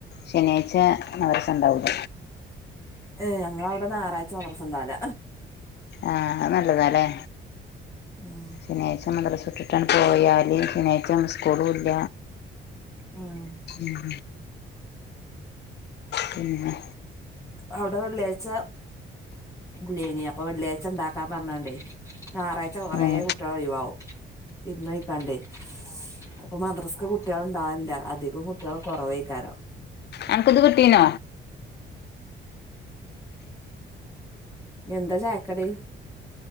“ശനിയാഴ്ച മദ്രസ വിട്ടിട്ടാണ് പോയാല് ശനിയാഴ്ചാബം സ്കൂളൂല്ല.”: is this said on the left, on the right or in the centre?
Left